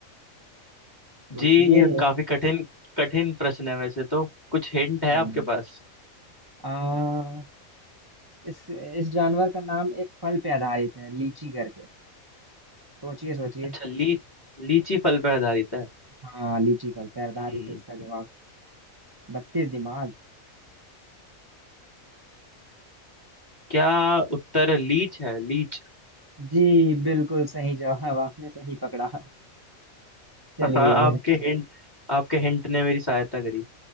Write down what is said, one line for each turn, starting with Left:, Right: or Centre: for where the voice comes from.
Right: सोचिए
Left: जी ये काफी कठिन कठिन प्रश्न है वैसे तो कुछ हिंट है
Right: हाँ
Left: आपके पास
Right: आ, इस इस जानवर का नाम एक फल पे आधारित है लीची करके सोचिए सोचिए
Left: अच्छा ली लीची फल पर आधारित है
Right: हाँ लीची फल पे आधारित
Left: हम्म,
Right: है इसका जवाब बत्तीस दिमाग
Left: क्या उत्तर लीच है लीच
Right: जी बिल्कुल सही जवाब आपने सही पकड़ा चलिए
Left: <laughs> आपके हिंट आपके हिंट ने मेरी सहायता करी